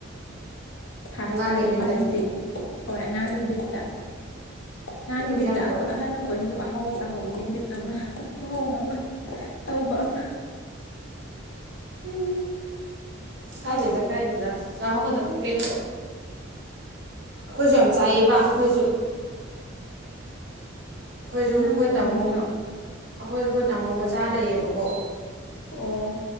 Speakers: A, on the left (about 70°); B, on the right (about 55°).
A: ꯐꯥꯔ
B: ꯑꯉꯥꯡꯒꯤ
A: ꯏꯁꯇꯥꯔ ꯑꯦꯃꯁꯤ
B: ꯕꯤꯠꯇꯅꯤ
A: ꯍꯣꯏ ꯑꯉꯥꯡꯒꯤ ꯕꯤꯠꯇ ꯅꯍꯥꯟꯒꯤ
B: ꯑꯩꯈꯣꯏꯁꯨ
A: ꯕꯤꯠꯇ
B: ꯌꯥꯝ
A: ꯑꯩꯈꯣꯏ
B: ꯇꯧꯋꯦ
A: ꯑꯍꯟ ꯑꯩꯈꯣꯏꯁꯤꯁꯨ ꯆꯥ ꯍꯕꯒ ꯅꯨꯕꯤꯠ ꯑꯃ ꯃꯑꯣꯡ ꯑꯃ ꯇꯧꯕ ꯑꯃ <inaudible>
B: ꯎꯝ ꯀꯥꯏ ꯂꯩꯗ ꯀꯥꯏꯗꯦꯗ ꯇꯥꯍꯧꯒꯗꯕꯅꯤ ꯀꯩꯅꯣ ꯑꯩꯈꯣꯏꯁꯨ ꯌꯥꯝ ꯆꯥꯏꯌꯦꯕ
A: ꯑꯗꯨꯃꯥꯏꯅ
B: ꯑꯩꯈꯣꯏꯁꯨ
A: ꯈꯟꯗꯣꯛꯑꯦ
B: ꯑꯩꯈꯣꯏꯁꯨ
A: ꯑꯉꯥꯡ
B: ꯑꯩꯈꯣꯏ ꯇꯥꯃꯣ
A: ꯑꯣꯏꯅꯤꯡꯗ꯭ꯔꯣ
B: ꯑꯩꯈꯣꯏꯁꯨ ꯑꯩꯈꯣꯏ ꯇꯥꯃꯣ ꯃꯆꯥ ꯂꯩꯌꯦꯕꯀꯣ
A: ꯑꯣ